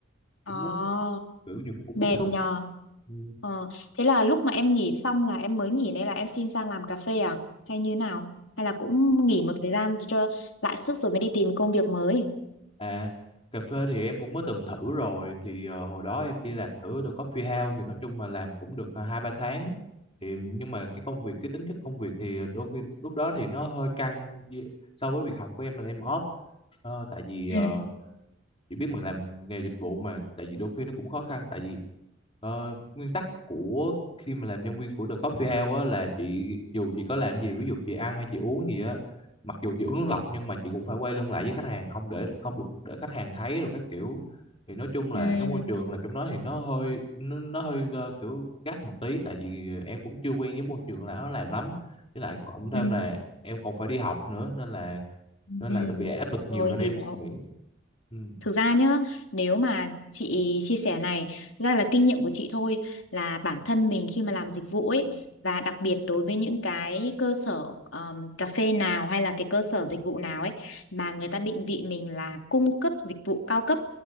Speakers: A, on the left; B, on the left.
A: Ờ.
B: cũng rất kiểu nhiều khi cũng
A: mệt
B: bức xúc
A: nhờ
B: Ừ.
A: ờ. thế là lúc mà em nghỉ xong là em mới nghỉ đây là em xin sang làm cà phê à hay như nào hay là cũng nghỉ một thời gian cho lại sức rồi mới đi tìm công việc mới
B: À, cà phê thì em cũng mới từng thử rồi thì ờ, hồi đó em đi làm thử The Coffee House thì nói chung mà làm cũng được ờ, hai ba tháng thì nhưng mà cái công việc cái tính chất công việc thì đôi khi lúc đó thì nó hơi căng với- so với việc học của em là em off Ờ, tại vì
A: ừ
B: ờ, chị biết mà làm nghề dịch vụ mà tại vì đôi khi nó cũng khó khăn tại vì ờ, nguyên tắc của khi mà làm nhân viên của The Coffee House á, là chị dù chị có làm gì ví dụ chị ăn hay chị uống gì á mặc dù chị uống nước lọc nhưng mà chị cũng phải quay lưng lại với khách hàng không để không được để khách hàng thấy rồi các kiểu thì nói chung là
A: ừ
B: cái môi trường làm trong đó thì nó hơi nó, nó hơi ờ, kiểu gắt một tí tại vì em cũng chưa quen với môi trường là nó làm lắm với lại cộng thêm
A: ừ
B: là em còn phải đi học nữa nên là
A: ừ
B: nên
A: Ừ.
B: là nó bị áp lực nhiều
A: rồi
B: nên em
A: hiểu
B: nghĩ ừ.
A: Thực ra nhá, nếu mà chị chia sẻ này, thực ra là kinh nghiệm của chị thôi là bản thân mình khi mà làm dịch vụ ấy và đặc biệt đối với những cái cơ sở um, cà phê nào hay là cái cơ sở dịch vụ nào ấy mà người ta định vị mình là cung cấp dịch vụ cao cấp